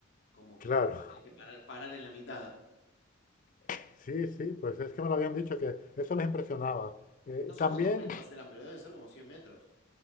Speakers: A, on the left; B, on the left.
A: Como que
B: Claro,
A: hay que parar, parar en la mitad.
B: <laughs> sí, sí, pues es que me lo habían dicho que eso les impresionaba. Eh,
A: No sé
B: también
A: cuántos metros eran, pero deben ser como 100 metros.